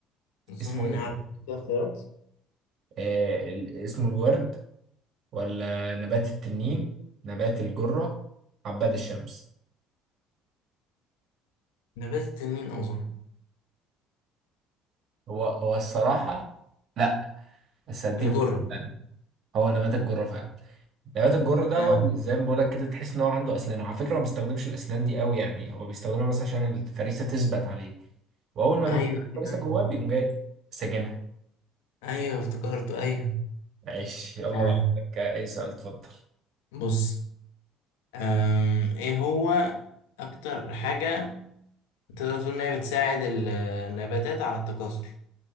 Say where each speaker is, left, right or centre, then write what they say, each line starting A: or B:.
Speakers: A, on the left (about 85°); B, on the right (about 55°).
A: اظن
B: اسمه
A: إني
B: إيه
A: عارف
B: بقى؟
A: كده اختيارات
B: آه، ال- اسمه الورد ولا نبات التنين نبات الجرة عباد الشمس
A: نبات التنين اظن
B: هو هو الصراحة لا بس هديك
A: الجرة
B: فرصة تانية هو نبات الجرة فعلا نبات الجرة
A: آه.
B: ده هو اللي زي ما بقولك كده تحس ان هو عنده اسنان وعلى فكرة هو ما بيستخدمش الاسنان دي قوي يعني هو بيستخدمها بس عشان الفريسة تثبت عليه واول ما
A: ايوه
B: بيخش الفريسة
A: ايوه ايوه
B: جواه بيقوم جاي ساجنها
A: ايوه افتكرته ايوه
B: ماشي يلا
A: آه.
B: لو عندك اي سؤال اتفضل
A: بص أم، ايه هو اكتر حاجة تقدر تقول انها بتساعد ال- النباتات على التكاثر